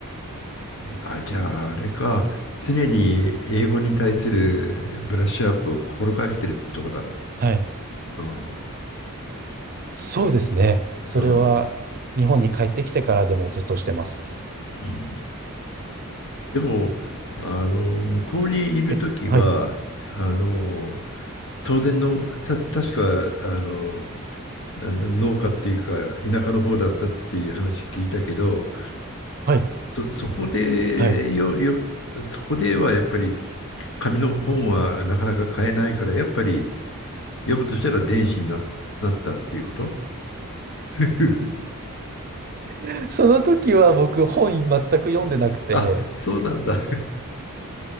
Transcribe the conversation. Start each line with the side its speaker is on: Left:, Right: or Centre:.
Left: あ、じゃあ、あれか。常に英語に対するブラッシュアップを心がけてるってとこだね。
Right: はい。
Left: うん。
Right: そうですね。それは、
Left: うん。
Right: 日本に帰ってきてからでもずっとしてます。
Left: うん。でも、あの、向こうにいるときは、
Right: え、はい、
Left: あの、当然の、た、確か、あの、あの農家っていうか、田舎の方だったっていう話聞いたけど、
Right: はい、
Left: そ、そこでよ、
Right: はい。
Left: よ、そこではやっぱり紙の本はなかなか買えないから、やっぱり読むとしたら電子になっなったっていうこと <laughs>
Right: <laughs> その時は僕、本全く読んでなくて、
Left: あ、そうなんだ。